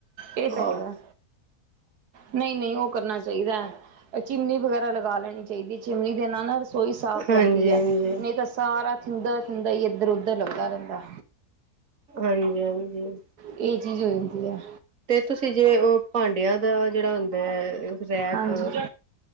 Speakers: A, on the right (about 85°); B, on the right (about 60°).
A: ਇਹ
B: ਹਮ
A: ਤਾਂ ਹੈਗਾ ਨਹੀਂ, ਨਹੀਂ ਉਹ ਕਰਨਾ ਚਾਹੀਦੈ। ਚਿਮਨੀ ਵਗੈਰਾ ਲਗਾ ਲੈਣੀ ਚਾਹੀਦੀ, ਚਿਮਨੀ ਦੇ ਨਾਲ ਨਾ ਰਸੋਈ ਸਾਫ਼
B: ਹਾਂਜੀ
A: ਰਹਿੰਦੀ
B: ਹਾਂਜੀ
A: ਹੈ ਨਹੀਂ ਤਾਂ ਸਾਰਾ ਥੰਦਾ, ਥੰਦਾ ਹੀ ਇੱਧਰ- ਉੱਧਰ ਲੱਗਦਾ ਰਹਿੰਦਾ,
B: ਹਾਂਜੀ ਹਾਂਜੀ
A: ਇਹ ਚੀਜ਼ ਹੋ ਜਾਂਦੀ ਹੈ।
B: ਤੇ ਤੁਸੀਂ ਜਿਂਵੇ ਉਹ ਭਾਂਡਿਆਂ ਦਾ ਜਿਹੜਾ ਹੁੰਦਾ ਹੈ। ਰੈਕ
A: ਹਾਂਜੀ